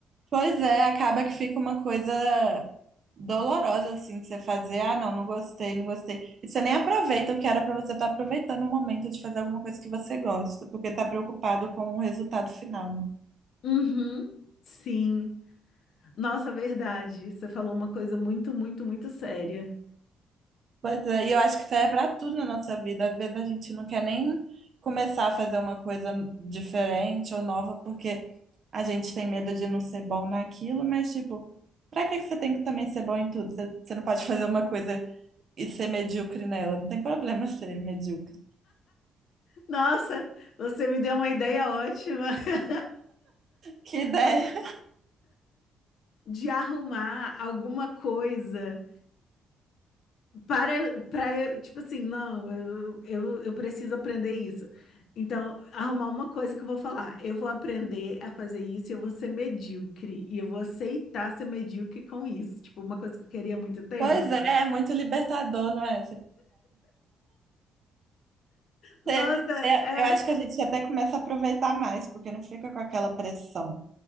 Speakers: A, on the right (about 55°); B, on the left (about 65°).
A: Pois é, acaba que fica uma coisa dolorosa, assim, de você fazer, ah, não, não gostei, não gostei. E você nem aproveita o que era pra você estar aproveitando o momento de fazer alguma coisa que você gosta, porque tá preocupado com o resultado final, né?
B: Uhum, sim. Nossa, verdade. Você falou uma coisa muito, muito, muito séria.
A: Pois é, e eu acho que isso aí é para tudo na nossa vida. Às vezes a gente não quer nem começar a fazer uma coisa diferente ou nova porque a gente tem medo de não ser bom naquilo, mas tipo, para que que você tem que também ser bom em tudo? Você, você não pode fazer uma coisa e ser medíocre nela, não tem problema <laughs> ser medíocre.
B: Nossa, você me deu uma ideia ótima <laughs>
A: Que ideia!
B: de arrumar alguma coisa. para, para, tipo assim, não, eu, eu, eu preciso aprender isso. Então, arrumar uma coisa que eu vou falar. Eu vou aprender a fazer isso e eu vou ser medíocre. E eu vou aceitar ser medíocre com isso. Tipo, uma coisa que eu queria há muito tempo.
A: Pois é, é muito libertador, não é? Você,
B: Nossa,
A: você- você-
B: é.
A: eu acho que a gente até começa a aproveitar mais, porque não fica com aquela pressão.